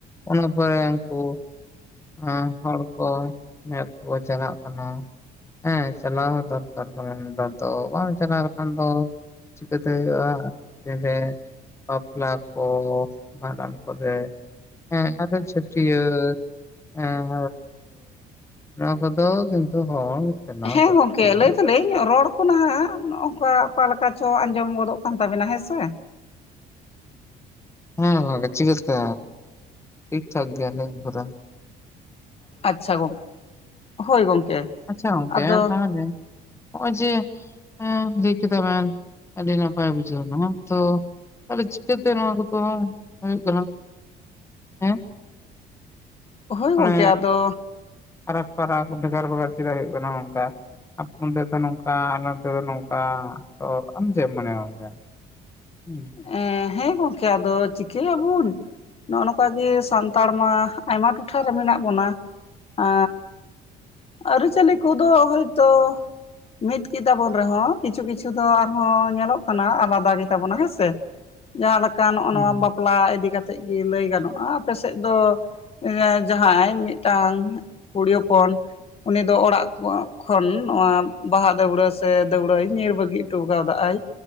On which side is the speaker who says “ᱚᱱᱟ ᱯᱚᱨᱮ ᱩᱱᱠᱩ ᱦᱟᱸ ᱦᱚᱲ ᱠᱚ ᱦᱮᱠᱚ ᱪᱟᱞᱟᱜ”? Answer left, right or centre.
Left